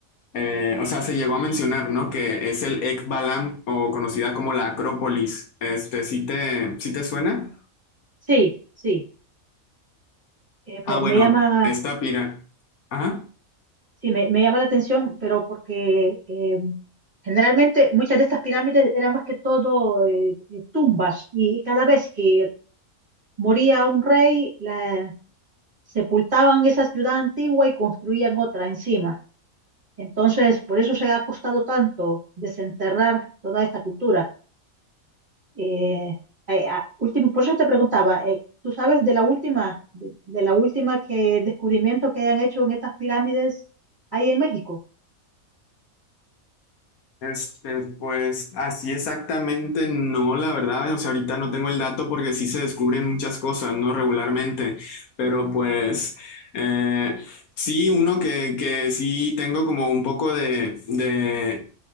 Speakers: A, on the left; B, on the right.
A: eh, o sea, se llegó a mencionar, ¿no? Que es el Ekbalam o conocida como la Acrópolis. Este, ¿sí te, sí te suena?
B: Sí, sí, eh,
A: Ah,
B: me,
A: bueno,
B: me llama,
A: esta pira. Ajá.
B: sí, me, me llama la atención, pero porque eh, generalmente muchas de estas pirámides eran más que todo eh, eh, tumbas y cada vez que moría un rey, la, sepultaban esa ciudad antigua y construían otra encima. Entonces, por eso se ha costado tanto desenterrar toda esta cultura. Eh, eh, ah, último, por eso te preguntaba, eh, ¿tú sabes de la última, de, de la última que descubrimiento que hayan hecho en estas pirámides ahí en México?
A: Este, pues así exactamente no, la verdad, o sea, ahorita no tengo el dato porque sí se descubren muchas cosas, ¿no? Regularmente, pero pues eh, sí, uno que, que sí tengo como un poco de, de,